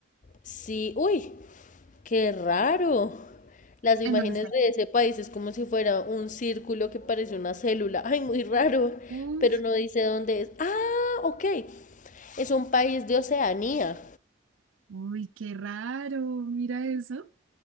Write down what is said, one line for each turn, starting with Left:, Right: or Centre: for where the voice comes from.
Left: Sí, uy, qué raro. Las imágenes
Right: ¿En dónde está?
Left: de ese país es como si fuera un círculo que parece una célula. Ay, muy raro,
Right: Uf,
Left: pero no dice dónde es. Ah, ok. Es un país de Oceanía.
Right: uy, qué raro. Mira eso.